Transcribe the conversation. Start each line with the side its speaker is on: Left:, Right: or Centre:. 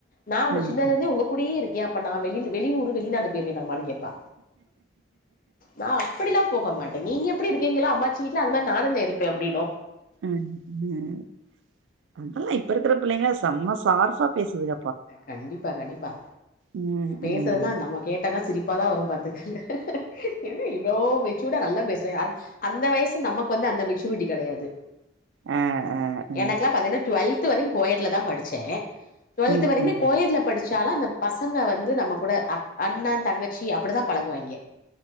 Left: நா உங்க
Right: ம்.
Left: சின்னதுல இருந்தே உங்க கூடயே இருக்கே அப்ப நா வெளி வெளியூர் வெளிநாடு போயிருவே நா மான்னு கேப்பா நா அப்டிலா போக மாட்டே நீங்க எப்படி இருக்கீங்களோ அமாச்சீ வீட்ல அது மாதிரி நாணுந்தே இருப்பேன் அப்டின்னு
Right: எல்லா இப்ப இருக்கிற பிள்ளைங்களா செம்ம சார்ஃபா பேசுதுக
Left: கண்டிப்பா கண்டிப்பா
Right: ம்.
Left: பேசுறதெல்லா
Right: ம்.
Left: அந்தம்மா கேட்டனா சிரிப் அப்ப தா வரு பாத்துக்கங்க இது இவ்ளோ மெச்சூர்டா நல்லா பேசுறீங்க அந்த வயசு நமக்கு வந்து அந்த மெச்சூரிட்டி கிடையாது
Right: ஆ, ஆ, ஆ.
Left: எனக்கெல்லா பாத்தீங்கன்னா டுவெல்த் வரையு கோயட்ல தா படிச்சே ட்வல்த்
Right: ம்.
Left: வரையுமே
Right: ம்.
Left: கோயட்ல படிச்சாலு அந்த பசங்க வந்து நம்ம கூட அண்ணா தங்கச்சி அப்டிதா பழகுவாய்ங்க